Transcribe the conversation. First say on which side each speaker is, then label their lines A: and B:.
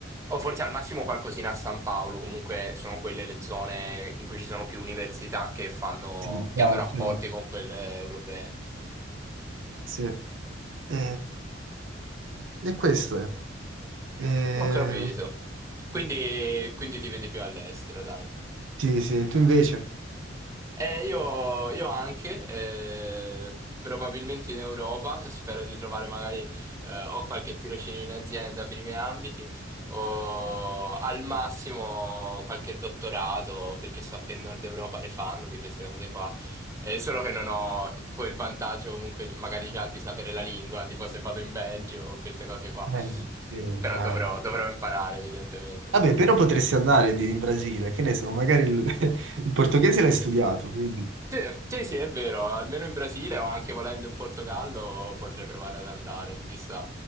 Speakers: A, on the right; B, on the right.
A: o forse al massimo qualcosina a San Paolo, comunque sono quelle le zone in cui ci sono più università che fanno,
B: sì,
A: che
B: chiaro,
A: hanno rapporti
B: chiaro.
A: con quelle europee.
B: Sì. E, e questo è. E-
A: Ho capito. Quindi, quindi ti vedi più all'estero, dai.
B: sì, sì, tu invece?
A: Eh, io, io anche, eh, probabilmente in Europa, spero di trovare magari, eh, o qualche tirocinio in azienda per i miei ambiti, o al massimo qualche dottorato, perché so che in Nord Europa ne fanno di queste cose qua. Eh, solo che non ho quel vantaggio comunque magari già di sapere la lingua, tipo se vado in Belgio o queste cose qua.
B: Eh, sì,
A: Però
B: dai.
A: dovrò dovrò imparare, evidentemente.
B: Vabbè, però potresti andare di- in Brasile, che ne so, magari il, <laughs> il portoghese l'hai studiato, quindi...
A: Sì, sì, sì, è vero, almeno in Brasile o anche volendo in Portogallo potrei provare ad andare, chissà.